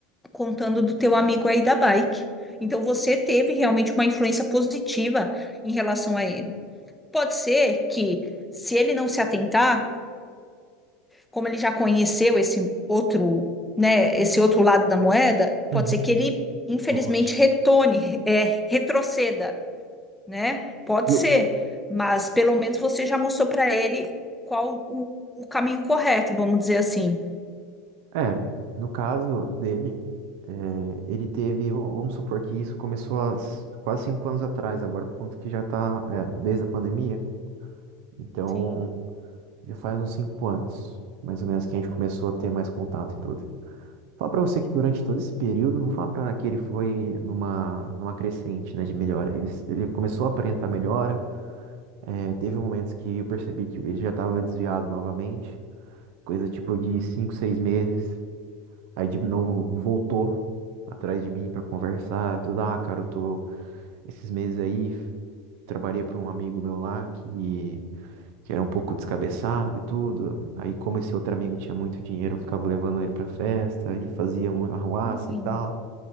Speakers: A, in the centre; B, on the right.
A: contando do teu amigo aí da bike. Então você teve realmente uma influência positiva em relação a ele. Pode ser que se ele não se atentar, como ele já conheceu esse outro, né, esse outro lado da moeda,
B: uhum.
A: pode ser que ele infelizmente
B: Ótimo.
A: retorne, é, retroceda, né? Pode
B: E eu,
A: ser, mas pelo menos você já mostrou para ele qual o, o caminho correto, vamos dizer assim.
B: É, no caso dele, é, ele teve, vamos supor que isso começou há s- quase cinco anos atrás, agora por conta que já está, desde a pandemia, então
A: Sim,
B: já faz uns cinco anos, mais ou menos, que a gente começou a ter mais contato e tudo. Falar pra você que durante todo esse período, não falar pra que ele foi numa, numa crescente, né, de melhora. Ele, s- ele começou a aparentar melhora, é, teve momentos que eu percebi que ele já estava desviado novamente, coisa tipo de cinco, seis meses. Aí de novo voltou atrás de mim pra conversar, tudo, ah, cara, eu tô esses meses aí trabalhei para um amigo meu lá que, que era um pouco descabeçado e tudo. Aí como esse outro amigo tinha muito dinheiro, eu ficava levando ele pra festa e fazia um arruaça
A: sim,
B: e tal.